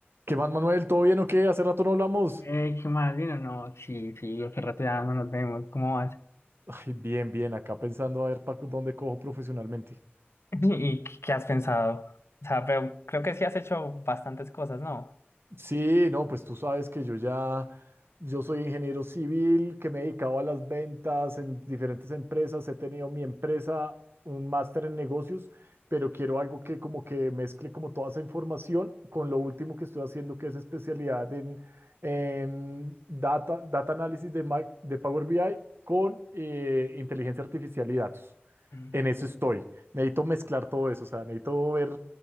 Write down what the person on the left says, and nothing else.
Eh, ¿qué más, Lino? No, sí, sí, hace rato ya no nos vemos. ¿Cómo vas?
<laughs> ¿Y qué qué has pensado? O sea, pero creo que sí has hecho bastantes cosas, ¿no?
Mm,
ok.